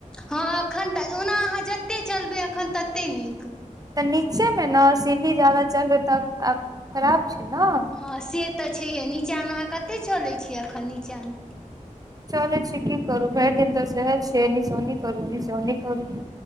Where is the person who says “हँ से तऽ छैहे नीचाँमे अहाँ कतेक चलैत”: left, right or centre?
Centre